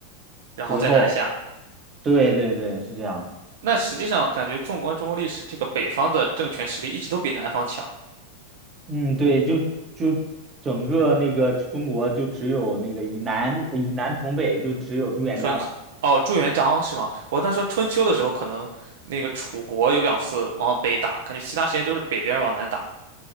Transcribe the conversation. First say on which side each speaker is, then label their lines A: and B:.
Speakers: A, on the right (about 55°); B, on the right (about 25°).
A: 然后再南下。
B: 随后，对对对，是这样。
A: 那实际上感觉纵观中国历史，这个北方的政权实力一直都比南方强。
B: 嗯，对，就就整个那个中国就只有那个以南以南统北，就只有朱元璋嘛。
A: 春秋哦，朱元璋是吗？我当时说春秋的时候，可能那个楚国有两次往北打，感觉其他时间都是北边儿往南打